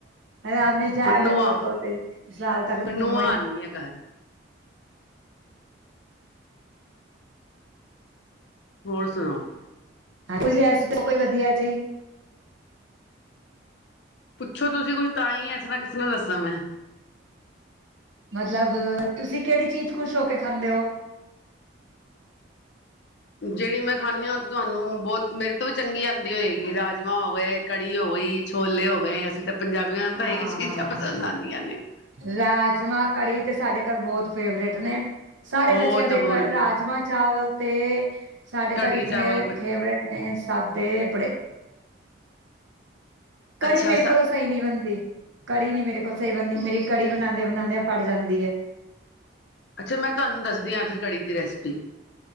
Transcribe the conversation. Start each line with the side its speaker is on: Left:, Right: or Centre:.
Right: ਆਪਣੇ ਚਾਇ
Left: ਹੁਣ
Right: ਤੇ
Left: ਨੂੰਆਂ
Right: ਹੋਰ ਦੋ- ਤਿੰਨ ਸਾਲ ਤੱਕ
Left: ਹੁਣ
Right: <inaudible>
Left: ਨੂੰਆਂ ਆਣਗੀਆਂ ਘਰ ਹੋਰ ਸੁਣਾਓ?
Right: ਤੁਸੀਂ ਐਸ <inaudible> ਜੋ ਕੋਈ ਵਧੀਆ ਜਹੀ
Left: ਪੁੱਛੋ ਤੁਸੀਂ ਕੁੱਛ ਤਾਂ ਹੀ, ਐਸੇ ਤਰ੍ਹਾਂ ਕਿਸ ਤਰਾਂ ਦੱਸਾਂ ਮੈਂ।
Right: ਮਤਲਬ, ਤੁਸੀਂ ਕਿਹੜੀ ਚੀਜ਼ ਖ਼ੁਸ਼ ਹੋ ਕੇ ਖਾਂਦੇ ਹੋ?
Left: ਜਿਹੜੀ ਮੈਂ ਖਾਂਦੀ ਹਾਂ ਤੁਹਾਨੂੰ ਬਹੁਤ ਮੇਰੇ ਤੋਂ ਵੀ ਚੰਗੀ ਆਉਂਦੀ ਹੋਏਗੀ ਰਾਜਮਾਂ ਹੋ ਗਏ ਕੜੀ ਹੋ ਗਈ, ਛੋਲੇ ਹੋ ਗਏ ਅਸੀਂ ਤਾਂ ਪੰਜਾਬੀਆਂ ਨੂੰ ਤਾਂ
Right: ਹਾਂ
Left: ਇਹੀ ਚੀਜ਼ਾਂ ਪਸੰਦ ਆਉਂਦੀਆਂ ਨੇ।
Right: ਰਾਜਮਾਂ, ਕੜੀ ਤੇ ਸਾਡੇ ਘਰ ਬਹੁਤ ਫੇਵਰੇਟ ਨੇ। ਸਾਰੇ
Left: ਬਹੁਤ
Right: ਬੱਚਿਆਂ ਦੇ
Left: ਹੋਰ
Right: ਰਾਜਮਾਂ-
Left: ਕੀ
Right: ਚਾਵਲ ਤੇ ਸਾਡੇ
Left: ਕੜੀ
Right: ਘਰ ਇਤਨੇ
Left: ਚਾਵਲ
Right: ਫੇਵਰੇਟ ਮੈਂ ਸਾਬੇ ਬੜੇ- ਕੜੀ
Left: ਅੱਛਾ
Right: ਮੇਰੇ ਕੋਲੋਂ ਸਹੀ ਨਹੀਂ ਬਣਦੀ। ਕੜੀ ਨੀ ਮੇਰੇ ਕੋਲ ਸਹੀ ਬਣਦੀ ਮੇਰੀ ਕੜੀ ਬਉਂਦੇ ਬਣਾਉਂਦਿਆਂ ਫੜ ਜਾਂਦੀ ਹੈ।
Left: ਅੱਛਾ, ਮੈਂ ਤੁਹਾਨੂੰ ਦੱਸਦੀ ਹਾਂ ਫਿਰ ਕੜੀ ਦੀ ਰੈਸਪੀ।